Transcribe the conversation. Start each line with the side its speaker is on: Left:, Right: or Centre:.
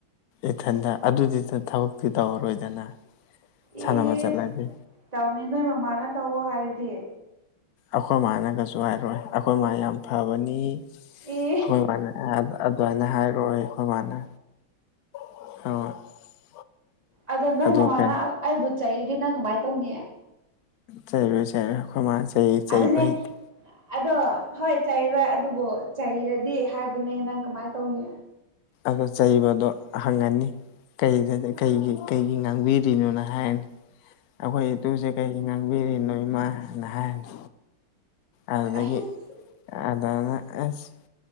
Left: ꯏꯊꯟꯗ ꯑꯗꯨꯗꯤ ꯇ ꯊꯕꯛꯇꯤ ꯇꯧꯔꯔꯣꯏꯗꯅ
Right: ꯢꯁ
Left: ꯁꯥꯟꯅꯕ ꯆꯠꯂꯗꯤ
Right: ꯇꯧꯅꯤ ꯅꯣꯏ ꯃꯃꯥꯅ ꯇꯧꯋꯣ ꯍꯥꯏꯔꯗꯤ
Left: ꯑꯈꯣꯏ ꯃꯥꯅꯒꯁꯨ ꯍꯥꯏꯔꯣꯏ ꯑꯈꯣꯏ ꯃꯥ ꯌꯥꯝ ꯐꯕꯅꯤ
Right: ꯑꯦ
Left: ꯑꯈꯣꯏ ꯃꯥꯅꯦ ꯑꯥꯗ ꯑꯗ꯭ꯋꯥꯏꯅ ꯍꯥꯏꯔꯣꯢ ꯑꯈꯣꯏ ꯃꯥꯥꯟꯅ <unintelligible>
Right: ꯑꯗꯣ ꯅꯣꯏ
Left: ꯑꯗꯨ
Right: ꯃꯃꯥꯅ
Left: ꯀꯩ
Right: ꯑꯩꯕꯨ ꯆꯩꯔꯗꯤ ꯅꯪ ꯀꯃꯥꯏ ꯇꯧꯅꯤ
Left: ꯆꯩꯔꯣꯢ ꯆꯩꯔꯣꯢ ꯑꯈꯣꯏꯃꯥ ꯆꯩ ꯆꯩ
Right: ꯑꯗꯨꯅꯦ
Left: ꯕ ꯍꯩꯇꯦ
Right: ꯑꯗꯣ ꯍꯣꯏ ꯆꯩꯔꯣꯏ ꯑꯗꯨꯕꯨ ꯆꯩꯔꯗꯤ ꯍꯥꯏꯕꯅꯦ ꯅꯪ ꯀꯃꯥꯏ ꯇꯧꯅꯤ
Left: ꯑꯗꯣ ꯆꯩꯕꯗꯣ ꯍꯪꯉꯅꯤ ꯀꯩꯗ ꯀꯩꯒꯤ ꯀꯩꯒꯤ ꯉꯥꯡꯕꯤꯔꯤꯅꯣꯅ ꯍꯥꯏꯔꯅꯤ ꯑꯩꯈꯣꯏ ꯏꯇꯨꯖꯦ ꯀꯩꯒꯤ ꯉꯥꯡꯕꯤꯔꯤꯅꯣ ꯏꯃꯥꯅ ꯍꯥꯏꯔꯅꯤ ꯑꯗꯨꯗꯒꯤ
Right: ꯑꯩꯁ
Left: ꯑꯗꯋ꯭ꯥꯢꯅ ꯑꯁ